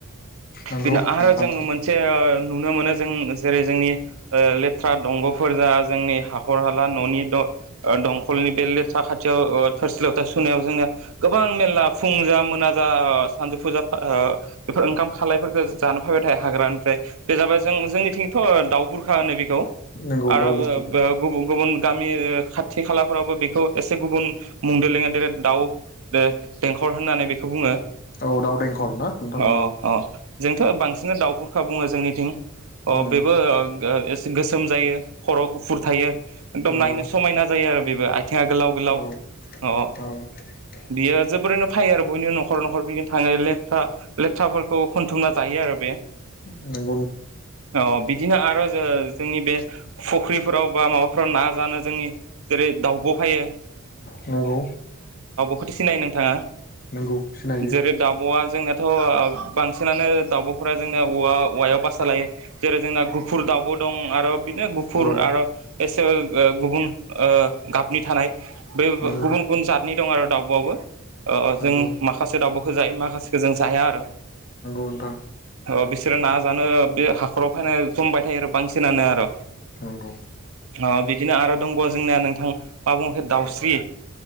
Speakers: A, on the left; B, on the right.
A: नंगौ
B: बिनो आरो
A: नोंथां
B: जोङो मोन मोनसे नुनो मोनो जों जेरै जोंनि लेथ्रा दंग'फोर जा जोंनि हाखर हाला न'नि दंखलनि बे लेथ्रा खाथियाव थोरसि लथा सुनायाव जोङो गोबां मेरला फुं जा मोना जा सानजौफुजा बेफोर ओंखाम खालायफोरखौ जानो फैबाय थायो हाग्रानिफ्राय बे जाबाय जों जोंनिथिंथ' दाउ बुरखा होनो बेखौ
A: नंगौ
B: आरो
A: दाउ बुरखा
B: गुबुन गुबुन गामि खाथि खालाफ्रावबो बेखौ एसे गुबुन मुंदेर लेङा देर दाउ दे देंखर होननानै बेखौ बुङो
A: औ दाउ देंखर ना नोंथां
B: अ
A: औ
B: अ जोंथ' बांसिन दाउ बुरखा बुङो जोंनिथिं। अ
A: उम
B: बेबो ओ गो ओ एसे गोसोम जायो खर'आव गुफुर थायो। एकदम
A: नंगौ
B: नायनो समायना जायो आरो बेबो आथिङा गोलाव-गोलाव
A: औ
B: अ
A: औ।
B: बियो जोबोरैनो फायो आरो बयनिनो न'खर-न'खर बिदिनो थाङो लेथफ्रा लेथ्राफोरखौ खनथुमना जायो आरो बे
A: उम।
B: औ बिदिनो आरो ज-जोंनि बे फुख्रिफोराव बा माबाफोराव ना जानो जोंनि जेरै दाउब' फायो।
A: नंगौ।
B: हथि सिनायो नोंथाङा
A: नंगौ सिनायो
B: जेरै दाब'आ जोंना थ' ओ बांसिनानो दाउब'फोरा जोंनाया उवा उवायाव बाससा लायो। जेरै जोंना गुफुर दावउ दं आरो बिदिनो गुफुर
A: औ
B: आर' एसे ओ गुबुन ओ गाबनि थानाय बे
A: नंगौ
B: गुबुन गुबुन जातनि दं आरो दाउ ब'वाबो ओ
A: नंगौ
B: जों माखासे दाउबखो जायो माखासेखो जों जाया आरो।
A: नंथां।
B: अ बिसोरो ना जानो बे हाखराव फायनाय जमबाय थायो आर' बांसिनानो आर'
A: उम।
B: अ बिदिनो आरो दंबाव जोंनिया नोंथां मा बुङा इखो दाउस्रि।